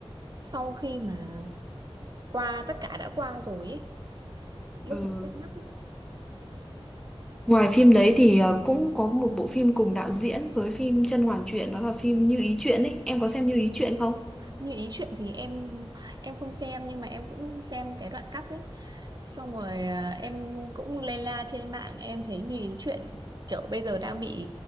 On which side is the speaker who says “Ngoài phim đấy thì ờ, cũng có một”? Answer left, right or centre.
Centre